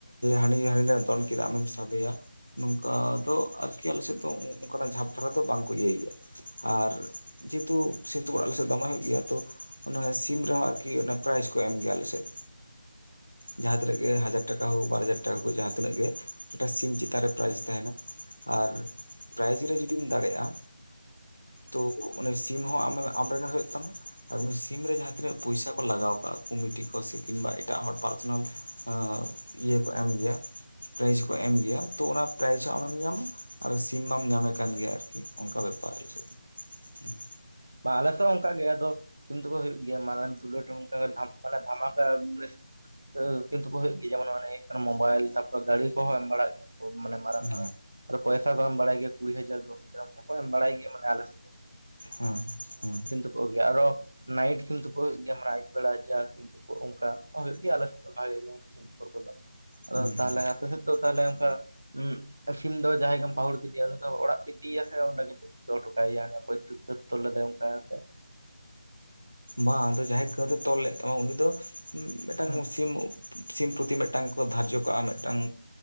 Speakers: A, on the left; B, on the right.
A: ᱦᱟᱹᱱᱤ ᱦᱟᱹᱱᱤ ᱫᱚᱱ ᱠᱮᱫᱟ ᱟᱢᱮᱢ ᱥᱟᱵᱮᱭᱟ ᱱᱚᱝᱠᱟ ᱫᱚ ᱟᱨ ᱠᱤ ᱟᱞᱮ ᱥᱮᱫ ᱫᱚ ᱚᱱᱠᱟᱱᱟᱜ ᱡᱷᱟᱯ ᱫᱷᱟᱨᱟ ᱫᱚ ᱵᱟᱝ ᱠᱚ ᱤᱭᱟᱹᱭ ᱜᱮᱭᱟ᱾ ᱟᱨ ᱡᱮᱦᱮᱛᱩ ᱥᱤᱢ ᱛᱳᱯᱳᱫ ᱟᱞᱮ ᱥᱮᱫ ᱫᱚᱢᱮ ᱦᱩᱭᱩᱜ ᱜᱮᱭᱟ ᱛᱚ ᱚᱱᱟ ᱥᱤᱢ ᱨᱮᱦᱚᱸ ᱟᱨᱠᱤ ᱚᱱᱟ ᱯᱨᱟᱭᱤᱡ ᱠᱚ ᱮᱢ ᱜᱮᱭᱟ ᱟᱞᱮ ᱥᱮᱫ᱾ ᱡᱟᱦᱟᱸ ᱛᱤᱱᱟᱹᱜ ᱜᱮ ᱦᱟᱡᱟᱨ ᱴᱟᱠᱟ ᱦᱳᱠ ᱵᱟᱨ ᱦᱟᱡᱟᱨ ᱴᱟᱠᱟ ᱠᱚ ᱡᱟᱦᱟᱸ ᱛᱤᱱᱟᱹᱜ ᱜᱮ ᱢᱤᱫᱴᱟᱝ ᱥᱤᱢ ᱪᱮᱛᱟᱱ ᱨᱮ ᱯᱨᱟᱭᱤᱡᱽ ᱛᱟᱦᱮᱱᱟ ᱟᱨ ᱯᱨᱟᱭᱤᱡᱽ ᱨᱮ ᱡᱩᱫᱤᱢ ᱫᱟᱲᱮᱜᱼᱟ ᱛᱚ ᱩᱱᱤ ᱥᱤᱢ ᱦᱚᱸ ᱟᱢᱮ ᱟᱢᱨᱮᱱᱮ ᱦᱩᱭᱩᱜ ᱛᱟᱢᱟ ᱟᱨ ᱩᱱᱤ ᱥᱤᱢ ᱨᱮ ᱡᱟᱦᱟᱸ ᱛᱤᱱᱟᱹᱜ ᱯᱩᱭᱥᱟ ᱠᱚ ᱞᱟᱜᱟᱣ ᱠᱟᱜ-ᱟ ᱠᱚᱢᱤᱴᱤ ᱠᱚ ᱥᱮ ᱠᱤᱱᱵᱟ ᱮᱴᱟᱜ ᱦᱚᱲ ᱯᱟᱨᱥᱚᱱᱟᱞ ᱮᱸ ᱤᱭᱟᱹ ᱠᱚ ᱮᱢ ᱜᱮᱭᱟ, ᱯᱨᱟᱭᱤᱡᱽ ᱦᱚᱸ ᱠᱚ ᱮᱢ ᱜᱮᱭᱟ ᱛᱚ ᱚᱱᱟ ᱯᱨᱟᱭᱤᱡᱽ ᱦᱚᱸ ᱟᱢᱮᱢ ᱧᱟᱢᱟ, ᱟᱨᱚ ᱥᱤᱢ ᱢᱟᱢ ᱧᱟᱢᱮ ᱠᱟᱱ ᱜᱮᱭᱟ ᱟᱨᱠᱤ ᱚᱱᱠᱟ ᱵᱮᱯᱟᱨ ᱟᱞᱮ ᱥᱮᱫ ᱫᱚ, ᱦᱩᱸ᱾
B: ᱵᱟᱝ ᱟᱞᱮ ᱥᱮᱫ ᱦᱚᱸ ᱚᱱᱠᱟ ᱜᱮ ᱟᱫᱚ ᱥᱤ ᱛᱳᱯᱳᱫ ᱦᱩᱭᱩᱜ ᱜᱮᱭᱟ ᱢᱟᱨᱟᱝ ᱫᱷᱩᱞᱟᱹᱴ ᱚᱱᱠᱟ ᱫᱷᱟᱢ ᱢᱟᱱᱮ ᱫᱷᱟᱢᱟᱠᱟ ᱢᱟᱱᱮ ᱮᱸ ᱥᱤᱢ ᱛᱳᱯᱳᱫ ᱦᱩᱭᱩᱜ ᱜᱮᱭᱟ ᱡᱮᱢᱚᱱ ᱢᱟᱱᱮ ᱦᱩᱭᱩᱜ ᱠᱟᱱᱟ ᱢᱳᱵᱟᱭᱤᱞ ᱛᱟᱨᱯᱚᱨᱮ ᱜᱟᱹᱤ ᱠᱚᱦᱚᱸ ᱮᱢ ᱵᱟᱲᱟᱜ ᱜᱮᱭᱟ᱾ ᱠᱚ ᱢᱟᱱᱮ ᱢᱟᱨᱟᱝ
A: ᱦᱮᱸ
B: ᱢᱟᱨᱟᱝ ᱟᱨ ᱯᱚᱭᱥᱟ ᱠᱚ ᱮᱢ ᱵᱟᱲᱟᱭ ᱜᱮᱭᱟ ᱠᱩᱲᱤ ᱦᱟᱡᱟᱨ ᱫᱚᱥ ᱦᱟᱡᱟᱨ ᱚᱱᱠᱟ ᱠᱚ ᱮᱢ ᱵᱟᱲᱟᱭ ᱜᱮᱭᱟ ᱢᱟᱱᱮ ᱟᱞᱮ ᱥᱮᱫ᱾
A: ᱦᱩᱸ ᱦᱩᱸ᱾
B: ᱛᱳᱯᱳ ᱟᱜᱩᱭᱟ ᱟᱨᱚ ᱱᱟᱴᱤᱱᱛᱩᱭᱟ, ᱟᱭᱩᱵ ᱵᱮᱲᱟ ᱚᱱᱠᱟ ᱦᱩᱭᱩᱜ ᱜᱮᱭᱟ ᱟᱞᱮ ᱥᱮᱫ ᱫᱚ ᱵᱷᱟᱜᱮ ᱥᱤᱢᱛᱳᱯᱳᱜ ᱠᱚ ᱫᱚ ᱟᱫᱚ
A: ᱦᱩᱸ
B: ᱛᱟᱦᱮ
A: ᱦᱩᱸ
B: ᱩᱦᱩᱜ ᱫᱚ ᱛᱟᱦᱚᱞᱮ ᱚᱱᱠᱟ ᱩᱸ ᱥᱤᱢ ᱫᱚ ᱡᱟᱦᱟᱸᱭ ᱜᱮᱢ ᱯᱟᱹᱟᱦᱩᱲ ᱠᱮᱫᱤᱫᱮᱭᱟ ᱩᱱᱤ ᱫᱚ ᱚᱲᱟᱜ ᱯ ᱤᱫᱤᱭᱮᱭᱟ ᱜᱮ ᱚᱸᱰᱮ ᱫᱚᱦᱚ ᱦᱚᱴᱚ ᱠᱟᱭᱟ ᱚᱠᱚᱭ ᱤᱛᱩᱫ ᱦᱚᱛᱚ ᱞᱮᱫᱮ ᱚᱝᱠᱟ ᱠᱟᱛᱮᱫ ᱾
A: ᱵᱟᱝ ᱟᱫᱚ ᱡᱟᱦᱟᱸᱭ ᱠᱟᱹᱫ ᱮ ᱛᱚᱞ ᱞᱮᱫ ᱛᱟᱢᱟ ᱩᱱᱤ ᱫᱚ ᱢᱤᱫ ᱴᱟᱝ
B: ᱦᱮᱸ
A: ᱥᱤᱢ ᱥᱤᱢ ᱯᱨᱚᱛᱤ ᱢᱤᱫᱴᱟᱝ ᱠᱚ ᱫᱷᱟᱨᱡᱚ ᱠᱚᱜ-ᱟ ᱢᱤᱫᱴᱟᱝ